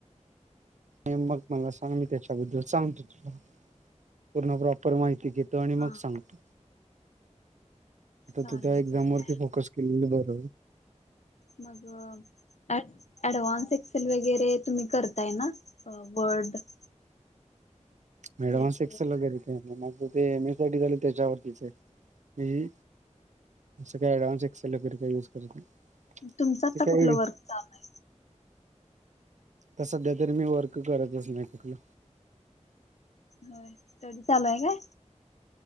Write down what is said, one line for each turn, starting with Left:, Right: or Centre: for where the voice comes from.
Right: आणि मग मला सांग. मी त्याच्याबद्दल सांगतो तुला. पूर्ण प्रॉपर माहिती देतो. -तो आणि मग
Left: हा
Right: सांगतो. आता
Left: चालेल
Right: तू त्या एक्झाम
Left: चालेल
Right: वरती फोकस केलेलं बरय.
Left: मग- ऍडव्हान्स एक्सेल वगैरे तुम्ही करताय ना? अं वर्ड-
Right: <unintelligible>
Left: लेटर
Right: एक्सेल गेले ते. माझं ते M S C I T झालंय त्याच्यावरतीच ए. मी असं काही ऍडव्हान्स एक्सेल वगैर काही यूज करत नाही.
Left: तुमचं आत्ता
Right: ते काही
Left: कुठलं वर्क चालू ए?
Right: आता सध्या तरी मी वर्क करतच नाही कुठलं.
Left: होय. स्टडी चालू आहं काय?